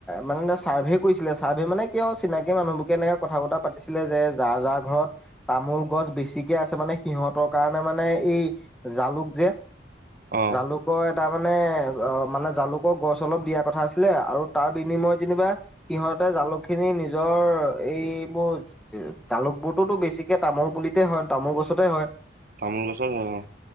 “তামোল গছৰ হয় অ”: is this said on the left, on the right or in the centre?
Right